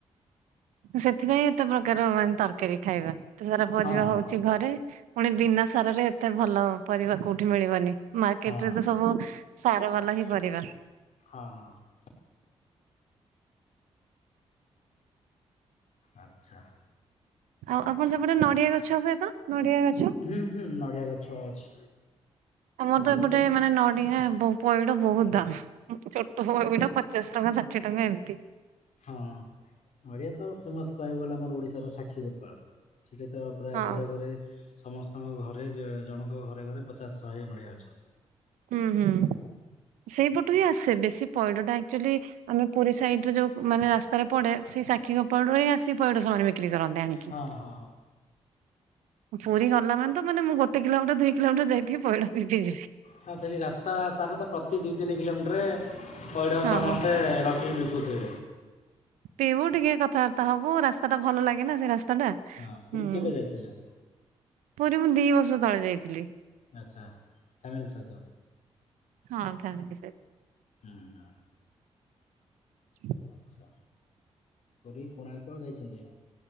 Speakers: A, on the right; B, on the left.
A: ସେଥିପାଇଁ ଏତେ ପ୍ରକାର ମାନେ ତରକାରୀ ଖାଇବା। ଏତେ ସାରା ପରିବା
B: ହଁ ହଁ
A: ହଉଛି ଘରେ ପୁଣି ବିନା ସାରରେ ଏତେ ଭଲ ପରିବା କୋଉଠି ମିଳିବନି। ମାର୍କେଟ୍
B: ହଁ।
A: ରେ ତ ସବୁ ସାର ବାଲା ହିଁ ପରିବା।
B: ହଁ, ହଁ। ଆଚ୍ଛା।
A: ଆଉ ଆପଣ ସେପଟେ ନଡିଆ ଗଛ ହୁଏ ପା? ନଡିଆ ଗଛ?
B: ହୁଁ, ହୁଁ, ନଡ଼ିଆ ଗଛ ଅଛି।
A: ଆମର
B: ନଡ଼ିଆ
A: ତ ଏପଟେ
B: ଗଛ
A: ମାନେ ନଡିଆ ବୋ ପଇଡ ବହୁତ ଦାମ୍ ଉ, ଛୋଟ ପଇଡ ପଚାଶ ଟଙ୍କା ଷାଠିଏ ଟଙ୍କା ଏମତି।
B: ହଁ ନଡ଼ିଆ ତ ଫେମସ୍ କହିବାକୁ ଗଲେ ଆମର ଓଡ଼ିଶାର ସାକ୍ଷୀ ଗୋପାଳ। ସେଠି ତ ପ୍ରାୟ
A: ହଁ
B: ଘରେ ଘରେ ସମସ୍ତଙ୍କ ଘରେ, ଜ-ଜଣଙ୍କ ଘରେ ଘରେ ପଚାଶ ଶହେ ନଡ଼ିଆ ଗଛ।
A: ହୁଁ ହୁଁ ସେଇପଟୁ ହିଁ ଆସେ ବେଶୀ ପଇଡଟା ଆକଚୁଆଲି ଆମେ ପୁରୀ ସାଇଡରେ ଯୋଉ, ମାନେ ରାସ୍ତାରେ ପଡେ ସେଇ ସାକ୍ଷୀ ଗୋପାଳ ରୁ ଆସି ପଇଡ ସେମାନେ ବିକ୍ରି କରନ୍ତି। ଆଣିକି।
B: ହଁ ହଁ।
A: ପୁରୀ ଗଲାମାନେ ତ ମାନେ ମୁଁ ଗୋଟେ କିଲୋମିଟର ଦୁଇ କିଲୋମିଟର ଯାଇଥିବି ପଇଡ଼ ପି ପି ଯିବି।
B: ହଁ, ସେଠି ରାସ୍ତା ସାରା ତ ପ୍ରତି ଦୁଇ ତିନି କିଲୋମିଟରରେ ପଇଡ଼
A: ହଁ
B: ସମସ୍ତେ ରଖିକି ବି କୋଧେ
A: ପିଇବୁ ଟିକେ କଥାବାର୍ତ୍ତା ହବୁ ରାସ୍ତାଟା ଭଲ ଲାଗେ ନା ସେ ରାସ୍ତା ଟା।
B: ହଁ, ପୁରୀ
A: ହୁଁ।
B: କେବେ ଯାଇଥିଲେ?
A: ପୁରୀ ମୁଁ ଦି ବର୍ଷ ତଳେ ଯାଇଥିଲି।
B: ଆଛା ଫ୍ୟାମିଲି ସହିତ
A: ହଁ ଫ୍ୟାମିଲି ସହିତ।
B: ହୁଁ ହୁଁ।
A: ହ <unintelligible>
B: ଆଛା ପୁରୀ କୋଣାର୍କ ଯାଇଛନ୍ତି?